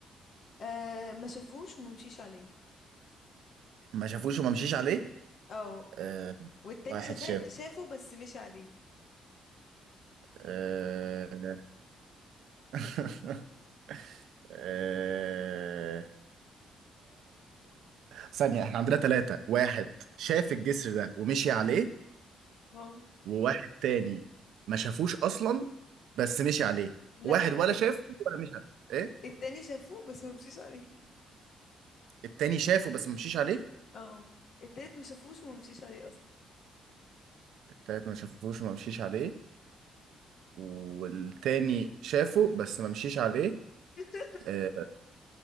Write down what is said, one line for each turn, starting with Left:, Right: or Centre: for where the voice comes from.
Left: آه ما شافهوش وما مشيش عليه
Right: ما شافوش وما مشيش عليه
Left: اه
Right: آه
Left: والتاني
Right: واحد
Left: شافه
Right: شاف
Left: شافه بس مشي عليه
Right: آه <laughs> آه ثانية احنا عندنا ثلاثة واحد شاف الجسر ده ومشي عليه
Left: اه
Right: وواحد تاني ما شافوش أصلا بس مشي عليه
Left: لا
Right: واحد
Left: الت-
Right: ولا شافه ولا مشي عليه ايه
Left: التاني شافه بس ما مشيش عليه
Right: التاني شافه بس ما مشيش عليه
Left: اه التالت ما شافوش وما مشيش عليه اصلا
Right: التالت ما شافوش وما مشيش عليه والتاني شافه بس ما مشيش عليه
Left: <laughs>
Right: آه،